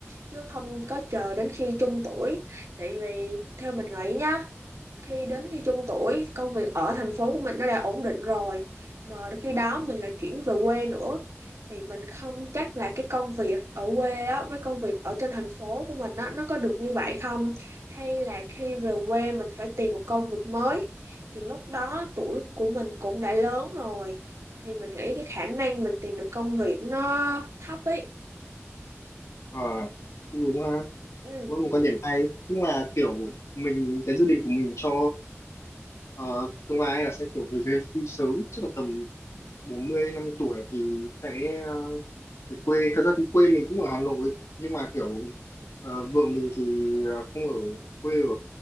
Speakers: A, on the right (about 80°); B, on the left (about 75°).
A: chứ không có chờ đến khi trung tuổi tại vì theo mình nghĩ nhá khi đến khi trung tuổi công việc ở thành phố của mình nó đã ổn định rồi mà khi đó mình lại chuyển về quê nữa thì mình không chắc là cái công việc ở quê á, với công việc ở trên thành phố của mình á, nó có được như vậy không hay là khi về quê mình phải tìm một công việc mới thì lúc đó tuổi của mình cũng đã lớn rồi thì mình nghĩ cái khả năng mình tìm được công việc nó thấp ấy
B: Ờ, cũng đúng ha
A: ừ.
B: cũng là một quan điểm hay nhưng mà kiểu mình cái dự định của mình cho ờ, tương lai là sẽ kiểu về hưu sớm chắc là tầm bốn mươi năm mươi tuổi thì sẽ ờ, về quê thật ra thì quê mình cũng ở Hà Nội nhưng mà kiểu ờ, vợ mình thì ờ, không ở quê ở